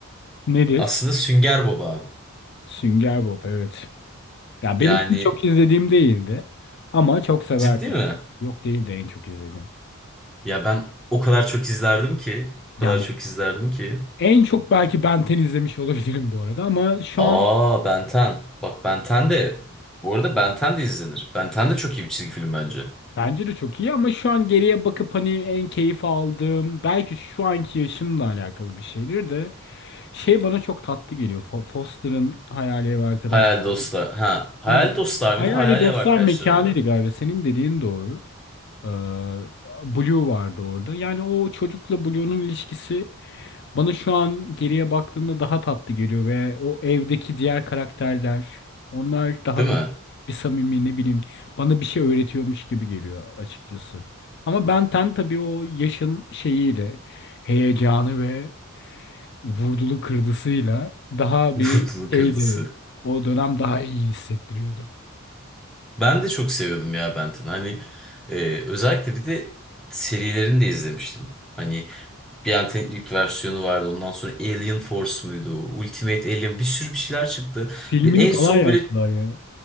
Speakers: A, on the left; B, in the centre.
A: Nedir?
B: Aslında Sünger Bob abi.
A: Sünger Bob evet. Ya
B: Yani
A: benim en çok izlediğim değildi ama çok severdim.
B: ciddi mi?
A: Yok değil de en çok izlediğim.
B: Ya ben o kadar çok izlerdim ki, o kadar
A: Yani
B: çok izlerdim ki.
A: en çok belki Ben ten izlemiş olabilirim bu arada ama şu
B: Aa
A: an
B: Ben 10. Bak Ben 10 de bu arada Ben 10 de izlenir. Ben 10 de çok iyi bir çizgi film bence.
A: bence de çok iyi ama şu an geriye bakıp hani en keyif aldığım belki şu anki yaşımla alakalı bir şeydir de şey bana çok tatlı geliyor. Fo- Foster'ın Hayali Ev Arkadaşlığı.
B: Hayal dostlar. Ha, hayal
A: Ha,
B: dostlar
A: Hayali
B: mıydı? Hayali
A: Dostlar
B: ev arkadaşları
A: Mekanı'ydı
B: mıydı?
A: galiba. Senin dediğin doğru. Ee, Blue vardı orada. Yani o çocukla Blue'nun ilişkisi Bana şu an geriye baktığımda daha tatlı geliyor ve o evdeki diğer karakterler onlar daha
B: Değil mi?
A: böyle bir samimi ne bileyim bana bir şey öğretiyormuş gibi geliyor açıkçası. Ama Ben 10 tabii o yaşın şeyiyle heyecanı ve vurdulu kırdısıyla daha
B: <laughs> Vurdulu
A: bir şeydi.
B: kırdısı.
A: O dönem daha iyi hissettiriyordu.
B: Ben de çok seviyordum ya Benten'i. Hani e, özellikle bir de serilerini de izlemiştim. Hani Benten'in ilk versiyonu vardı. Ondan sonra Alien Force muydu? Ultimate Alien bir sürü bir şeyler çıktı.
A: Filmini
B: Ve en
A: falan
B: son
A: yaptılar
B: böyle
A: ya.